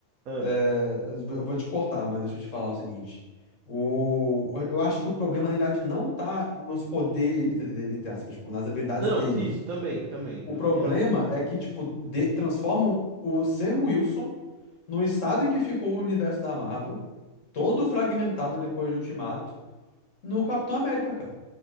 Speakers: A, on the right; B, on the left.
A: ah.
B: É, eu vou te cortar, mas deixa eu te falar o seguinte. O, eu acho que o problema, na realidade, não tá nos poderes, entre aspas, tipo, nas habilidades
A: Não,
B: dele.
A: não, isso também, também.
B: O
A: Eu
B: problema
A: também acho.
B: é que, tipo, de- transformam o Sam Wilson no estado em que ficou o universo da Marvel, todo fragmentado depois de Ultimato, no Capitão América, cara.